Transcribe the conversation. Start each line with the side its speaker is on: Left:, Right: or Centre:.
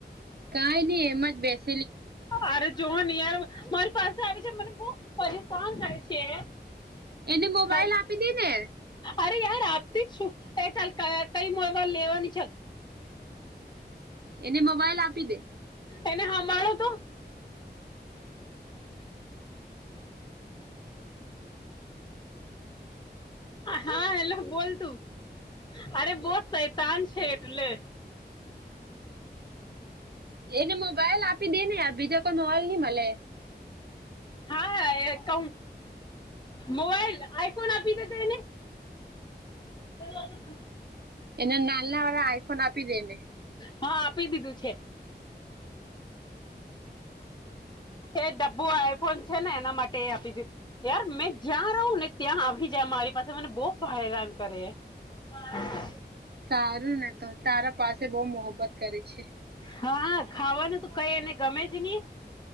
Right: કઈ નહી એમાં જ બેસ
Left: અરે જોહનીયાર મારે પાસે આવે છે મને બઉ પરેશાન કરે છે.
Right: એને મોબાઈલ
Left: હેલ
Right: આપી દી ને
Left: અરે યાર આપતી જ શું એ ચાલ કઈ મોવા લેવાની છે.
Right: એને મોબાઈલ આપી દે
Left: એને સાંભળો તો હા હેલો બોલ તું અરે બો શૈતાન છે એટલે
Right: એને મોબાઈલ આપી દે ને યાર બીજા કોઈ મોબાઈલ નઈ મળે.
Left: હા હા ક મોબાઈલ આઈફોન આપી દે તો એને <inaudible>
Right: એને નાલના વાળા આઈફોન આપી દે ને
Left: હા આપી દીધું છે. એ ડબ્બો આઈફોન છે ને એના માટે એ આપી દી યાર મેં જ્યાં રહું ને ત્યાં આવી જાય મારી પાસે મને બહુ હેરાન કરે. <inaudible>
Right: સારું ને તો તારા પાસે બહ મોહબ્બત કરે છે
Left: હા ખાવાનું ત કઈ એને ગમે જ નહી